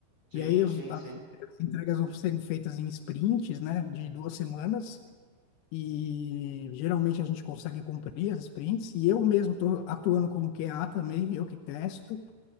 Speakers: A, on the right; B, on the left.
A: Sim,
B: E aí os-
A: sim,
B: as,
A: sim.
B: as entregas vão sendo feitas em sprints, né, de duas semanas, e geralmente a gente consegue cumprir as sprints, e eu mesmo estou atuando como QA também, eu que testo